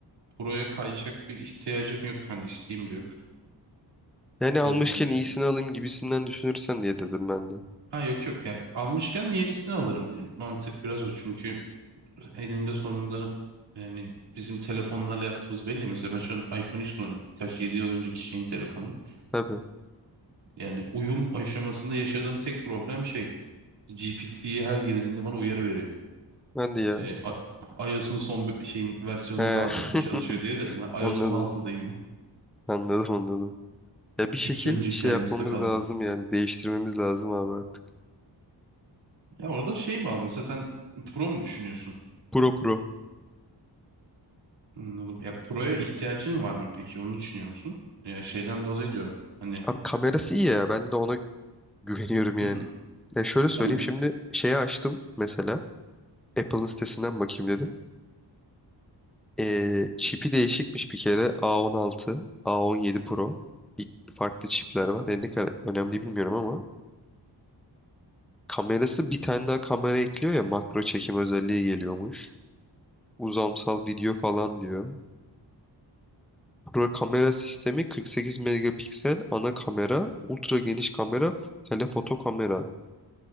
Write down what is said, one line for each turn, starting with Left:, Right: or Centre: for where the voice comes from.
Right: buraya kayacak bir ihtiyacım yok. Hani isteğim de yok.
Centre: Yani almışken
Right: Ee,
Centre: iyisini alayım gibisinden düşünürsen diye dedim ben de.
Right: ha yok yok. Ya almışken yenisini alırım. Benim mantık biraz o. Çünkü eninde sonunda yani bizim telefonlarla yaptığımız belli ya. Mesela ben şu an iPhone X kullanıyorum. Kaç 7 yıl önceki şeyin telefonu.
Centre: Tabii.
Right: Yani uyum aşamasında yaşadığım tek problem şey. GPT'ye her girdiğinde bana uyarı veriyor.
Centre: Ben de ya.
Right: Ee, I- iOS'un son bir- şeyin versiyonu
Centre: He.
Right: daha düzgün çalışıyor diye de
Centre: <laughs>
Right: ben
Centre: Anladım.
Right: iOS 16'dayım ben.
Centre: Anladım anladım.
Right: <laughs>
Centre: Ya bir şekil
Right: İki önceki
Centre: şey
Right: iOS'ta
Centre: yapmamız
Right: kaldım.
Centre: lazım yani değiştirmemiz lazım abi artık.
Right: Ya orada şey bağlı mesela sen Pro mu düşünüyorsun?
Centre: Pro pro.
Right: Anladım. Ya Pro'ya ihtiyacın var mı peki? Onu düşünüyor musun? Ya şeyden dolayı diyorum. Hani
Centre: Abi kamerası iyi ya ben de ona <laughs> güveniyorum yani.
Right: hı.
Centre: Ya şöyle söyleyeyim
Right: Ama
Centre: şimdi şeyi açtım mesela Apple'ın sitesinden bakayım dedim. Ee, çipi değişikmiş bir kere A16, A17 Pro. Bir- Farklı çipler var. Yani ne kadar önemli bilmiyorum ama. Kamerası bir tane daha kamera ekliyor ya makro çekim özelliği geliyormuş. Uzamsal video falan diyor. Pro kamera sistemi 48 megapiksel ana kamera, ultra geniş kamera, telefoto kamera.